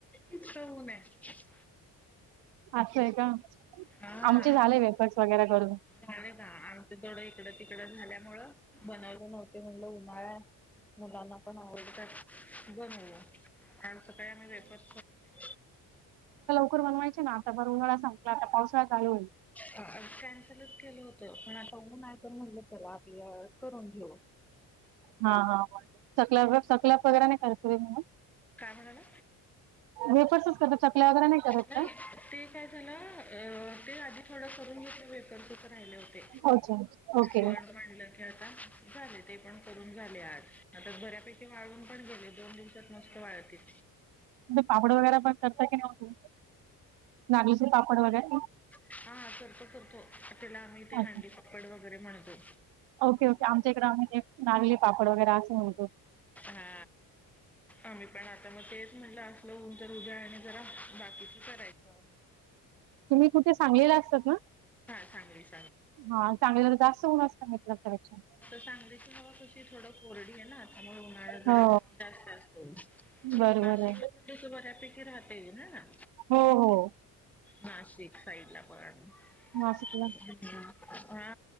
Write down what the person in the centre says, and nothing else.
इतका ऊन आहे
हा
झाले का आमच तेवढं इकड ती झाल्यामूळ बनयले नव्हतते म्हणलं उन्हाळ्या मुलांना पण आवडतात बनवूया काल सकाळी आम्ही वेफर्स बनवले
कॅन्सलच केलं होतं आपण आ ऊन हाय तर म्हटलं चला आपलं करून घेऊ
काय म्हणाला
नाही
ते काय झालं अ ते आधीथोडं करून मी त्या व्हेकल्सच राहिले होते
पण म्हणलं की आता झाले ते पण करून झाले आज आता बऱ्यापैकी वाळून पण गेले दोन दिवसात मस्त वाळती.
हा हा करतो करतो त्याला आम्ही ते
हंडी पपड वगैरे े म्हणतो
हा आम्ही पण आता मग तेच म्हटलं अस लवन तर उद्याने जरा बाकीच करायचं
<inaudible> मस्त
सांगली की हवा कशी थोड कोरडी आहे ना आता जरा
जास्त असतो
नाशिकलांस
बऱ्यापैकी राहता ये ना ना
नाशिक साईड ला पण <inaudible> हा